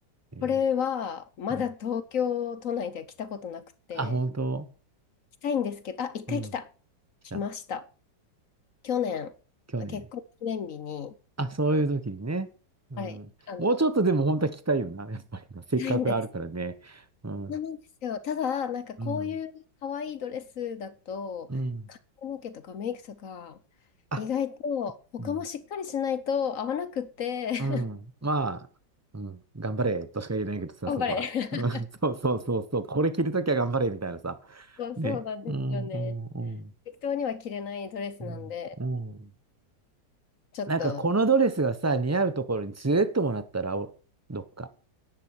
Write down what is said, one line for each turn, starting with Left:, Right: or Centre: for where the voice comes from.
Right: ええ
Left: これは、まだ東京都内では着たことなくて、
Right: うん。あ、本当
Left: 着たいんですけど、あ、一回来た。
Right: うん。来た。
Left: 来ました。去年、
Right: 去年。
Left: 結婚記念日に、
Right: あ、そういう時にね。うん。
Left: はい、あの、
Right: もうちょっとでも本当は聞きたいよな。
Left: 行
Right: <laughs> やっぱりな。せっかくあるからね。
Left: きたいんです。
Right: うん。
Left: そうなんですよ。ただ、なんかこういう可愛いドレスだと、
Right: うん。うん。
Left: 髪の毛とかメイクとか、
Right: あ、
Left: 意外と他もしっかりしないと合わなくって、
Right: うん。
Left: <laughs>
Right: うん。まあ、うん。頑張れとしか言えないけどさ、
Left: 頑張れ。
Right: そこは。うん <laughs> そうそうそうそう。これ着るときは頑張れみたいなさ。
Left: <laughs> そう、
Right: ね。
Left: そうなんですよね。
Right: うんうんうん
Left: 適当には着れないドレスなんで、
Right: うんうん
Left: ちょっと、
Right: なんかこのドレスがさ、似合うところに連れてってもらったら、おどっか。